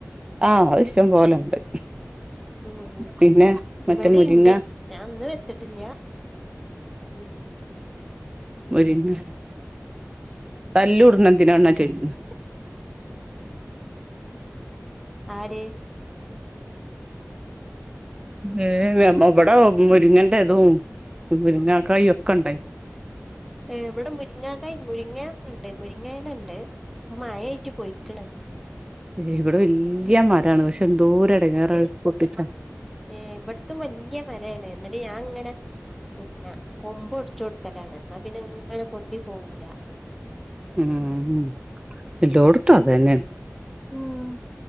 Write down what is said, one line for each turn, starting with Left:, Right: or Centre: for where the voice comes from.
Right: ആ ഇങ്ങളെഇഷ്ട്ടം പോലെണ്ട്
Centre: ഉം ഉം
Right: പിന്നെ മറ്റേ
Centre: ഇവിടിണ്ട്
Right: മുരിങ്ങ
Centre: ഞാൻ ഇന്ന് വെച്ചിട്ടില്യ ഉ
Right: മുരിങ്ങ തല്ല്കൂട്ണെ എന്തിനാന്നാ ചോയ്ച്ച്ണ്
Centre: ആര്
Right: ഏഹ് ഞമ ബ്ടെ മുരിങ്ങന്റെതും മുരിങ്ങാക്കായ് ഒക്കെണ്ടായ്
Centre: ഏഹ് വ്ടെ മുരിങ്ങാക്കായ് മുരിങ്ങാ ഇണ്ട് മുരിങ്ങയിലണ്ട് അത് മയായ്ട്ട് പൊയ്ക്ക്ണ്
Right: ര്യാ ഇവടെ വല്ല്യ മരാണ് പക്ഷെ എന്തോര് എടെങ്ങേറത് പൊട്ടിച്ച
Centre: ഏഹ് ഇബട്ത്തും വല്യ മരായ്ണ് ന്നട്ട് ഞാൻങ്ങനെ പിന്നെ കൊമ്പ് ഒടിച്ചു കൊടുക്കലാണ് ന്നാ പിന്നെങ്ങനെ പൊന്തി പോവൂല
Right: ഉം ഉം എല്ലോട്ത്തുഅതന്നെ
Centre: ഉം